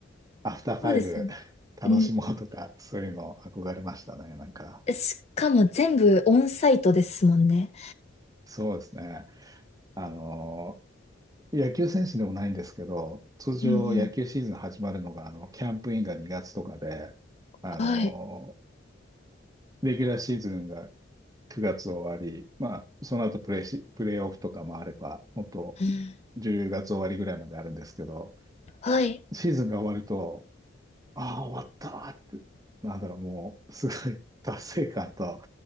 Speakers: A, on the right; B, on the left.
A: アフターファイブ
B: そうですよね。
A: 楽しもうとか、
B: うん。
A: そういうの憧れましたね。なんか、
B: えしかも全部オンサイトですもんね。
A: そうですね。あの野球選手でもないんですけど、通常野球シーズン始まるのが、
B: うんうん。
A: あの、キャンプインが2月とかで、あの、
B: はい。
A: レギュラーシーズンが9月終わり、まあ、その後プレーし、プレーオフとかもあれば、もっと
B: うん。
A: 10月終わりぐらいまであるんですけど、
B: はい。
A: シーズンが終わると、ああ、終わったーって、なんだろう、もう、すごい達成感と、